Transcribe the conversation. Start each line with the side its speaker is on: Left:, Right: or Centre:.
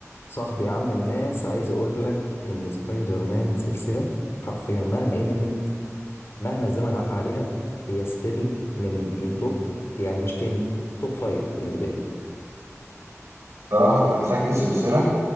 Left: صاحبي عم الناس عايز اقول لك ان سبايدر مان سلسله حرفيا مهما قدمت مهما الزمن عفى عليها هي ستيل من من توب يعني مش 10 توب 5 بالنسبه لي
Right: صراحة أنت مسكت سلسلة